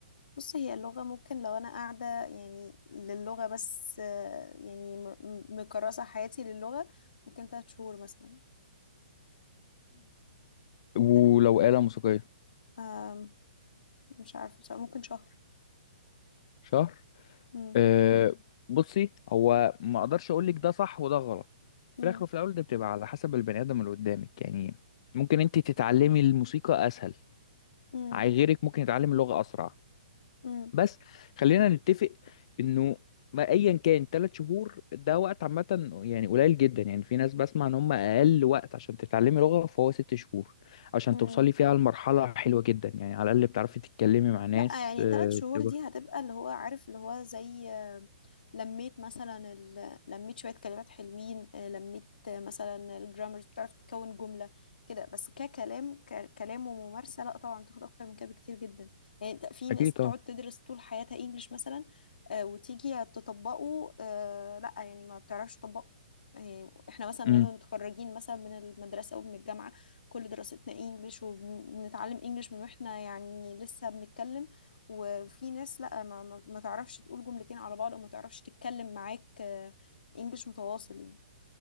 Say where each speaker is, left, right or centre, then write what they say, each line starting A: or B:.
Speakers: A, on the left; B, on the left.
A: بص هي اللغة ممكن لو انا قاعدة يعني للغة بس آه، يعني م- م- مكرسة حياتي للغة ممكن تلات شهور مثلا
B: ولو
A: ال-
B: آلة موسيقية
A: آم، مش عارفة بصراحة، ممكن شهر
B: شهر
A: مم.
B: أه بصي هو ما اقدرش اقول لك ده صح وده غلط في
A: مم.
B: الاخر وفي الاول ده بتبقى على حسب البني ادم اللي قدامك يعني ممكن انت تتعلمي الموسيقى اسهل
A: مم.
B: عاي- غيرك ممكن يتعلم اللغة اسرع
A: مم.
B: بس خلينا نتفق انه ما ايا كان ثلاث شهور ده وقت عامة يعني قليل جدا يعني في ناس بسمع ان هم اقل وقت عشان تتعلمي لغة فهو ست شهور عشان
A: مم.
B: توصلي فيها لمرحلة حلوة جدا يعني على الاقل بتعرفي تتكلمي مع ناس
A: لا يعني
B: آه،
A: ثلاث شهور
B: بتبقى-
A: دي هتبقى اللي هو عارف اللي هو زي آه، لميت مثلا ال... لميت شوية كلمات حلوين آه، لميت آه، مثلا الجرامرز بتعرف تكون جملة كده بس ككلام ك... كلام وممارسة لا طبعا بتاخد أكتر من كده بكتير جدا يعني انت- في ناس
B: اكيد
A: بتقعد تدرس طول حياتها انجليش مثلا آه، وتيجي تطبقه آه، لا يعني ما بتعرفش تطبقه يعني احنا مثلا لما
B: مم.
A: متخرجين مثلا من المدرسة أو من الجامعة كل دراستنا انجليش وبنتعلم انجليش من واحنا يعني لسه بنتكلم وفي ناس لا ما, ما ما تعرفش تقول جملتين على بعض او ما تعرفش تتكلم معاك آه، انجليش متواصل يعني